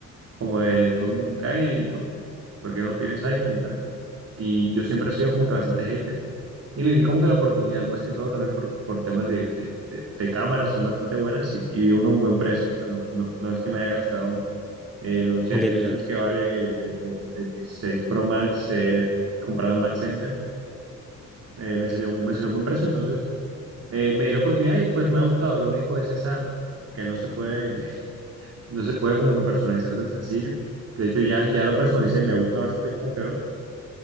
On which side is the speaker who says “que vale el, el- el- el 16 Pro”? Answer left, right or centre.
Right